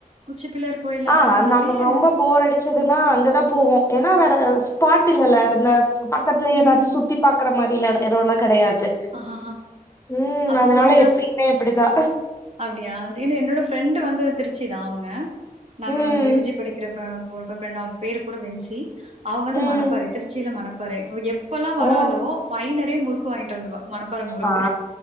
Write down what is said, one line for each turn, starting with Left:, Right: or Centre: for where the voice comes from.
Right: உச்சிப்பிள்ளையார் கோயில்
Left: ஆ
Right: அப்றோ நெறைய
Left: நாங்க ரொம்ப போர் அடிச்சதுன்னா அங்கதா போவோ ஏனா வேற ஸ்பாட் இல்லல இந்த பக்கத்லே
Right: ம்
Left: ஏதாச்சு சுத் சுத்தி பாக்றமாரிலா எடோலா கெடயாது
Right: ஆஹா
Left: ம்
Right: அப்போ
Left: அதனால
Right: இந்த
Left: எப்பயுமே அப்டிதா
Right: அப்டியா ஏன என்னோட ஃப்ரெண்டு வந்து திருச்சிதா அவங்க நாங்க
Left: ம்
Right: யூஜி படிக்கிறப்ப போ ஃப்ரெண்ட் அவ பேரு குட வென்சி அவ வந்து
Left: ம்
Right: மனப்பாறை திருச்சில மனப்பாறை எப்பெல்லா வராலோ
Left: ஓ
Right: பைனெரைய முறுக்கு வாங்கிட்டு வந்துருவா மனப் பாற முருக்கு
Left: ஆ